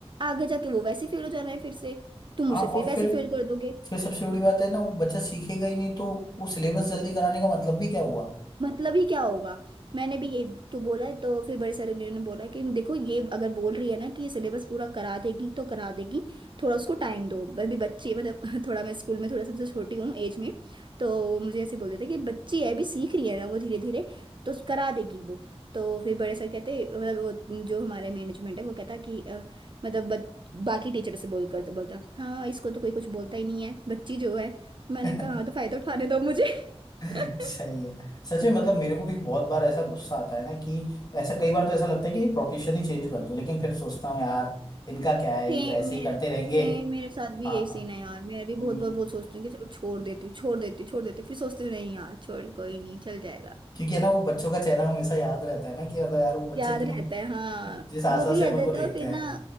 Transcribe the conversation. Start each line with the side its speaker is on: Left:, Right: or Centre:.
Right: आगे जाके वो वैसे फेल हो जाना है फिर से तुम
Left: हाँ
Right: उसे फिर
Left: और
Right: वैसे
Left: फिर
Right: फेल कर दोगे
Left: फिर सबसे बड़ी बात है ना वो बच्चा सीखेगा ही नहीं तो वो सिलेबस जल्दी कराने का मतलब भी क्या हुआ
Right: मतलब ही क्या होगा मैंने भी ये तो बोला है तो फिर बड़े सर ने उन्होंने बोला कि देखो ये अगर बोल रही है ना कि ये सिलेबस पूरा करा देगी तो करा देगी थोड़ा उसको टाइम दो मैं भी बच्ची है मतलब <laughs> थोड़ा मैं स्कूल में थोड़ा सबसे छोटी हूँ एज में तो मुझे ऐसे बोलते थे कि बच्ची है अभी सीख रही है ना वो धीरे धीरे तो उस- करा देगी वो तो फिर बड़े सर कहते मतलब वो जो हमारे मैनेजमेंट है वो कहता कि अ, मतलब बच- बाकी टीचर से बोल कर बोलता हाँ इसको तो कोई कुछ बोलता ही नहीं है बच्ची जो है मैंने
Left: <laughs>
Right: कहा हाँ तो फायदा उठाने दो मुझे
Left: <laughs> सही
Right: <laughs>
Left: है सच में मतलब मेरे को भी बहुत बार ऐसा गुस्सा आता है ना कि ऐसा कई बार तो ऐसा लगता है कि प्रोफेशन ही चेंज कर दूं लेकिन फिर सोचता हूँ यार इनका क्या है
Right: सेम
Left: ये तो ऐसे
Right: मेरे
Left: ही करते रहेंगे
Right: सेम मेरे साथ भी
Left: हाँ
Right: यही सीन है यार मैं भी
Left: हम्म,
Right: बहुत बार बहुत सोचती हूँ कि चलो छोड़ देती हूँ छोड़ देती हूँ छोड़ देती हूँ फिर सोचती हूँ नहीं यार छोड़ कोई नहीं चल जाएगा
Left: क्योंकि है ना वो बच्चों का चेहरा हमेशा याद रहता है ना कि मतलब यार वो बच्चे
Right: याद
Left: जो
Right: रहता है हाँ
Left: जिस आशा
Right: वो भी
Left: से
Right: याद
Left: अपन
Right: रहता
Left: को देखते
Right: है और फिर
Left: हैं
Right: ना